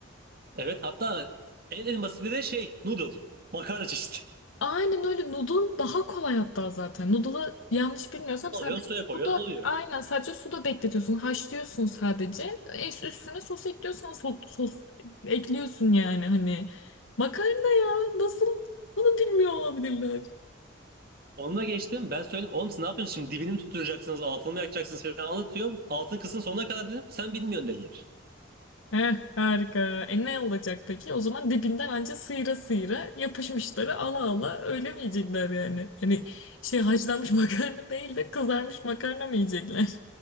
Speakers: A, on the right (about 45°); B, on the left (about 70°).
A: Evet hatta en en basiti de şey noodle. Makarna çeşidi.
B: Aynen öyle noodle daha kolay hatta zaten. Noodle'ı yanlış bilmiyorsam
A: <laughs> Alıyorsun
B: sadece
A: suya koyuyorsun
B: suda
A: oluyor.
B: aynen sadece suda bekletiyorsun. Haşlıyorsun sadece. Es- Üstüne sos ekliyorsan so- sos ekliyorsun yani hani. Makarna ya nasıl bunu bilmiyor olabilirler.
A: Onunla geçtim. Ben söyledim. Oğlum siz ne yapıyorsunuz şimdi? Dibini mi tutturacaksınız? Altını mı yakacaksınız falan anlatıyorum. Altını kısın sonuna kadar dedim. Sen bilmiyorsun dediler.
B: Heh, harika. E ne olacak peki? O zaman dibinden anca sıyıra sıyıra yapışmışları ala ala öyle mi yiyecekler yani? Hani şey haşlanmış <laughs> makarna değil de kızarmış makarna mı yiyecekler?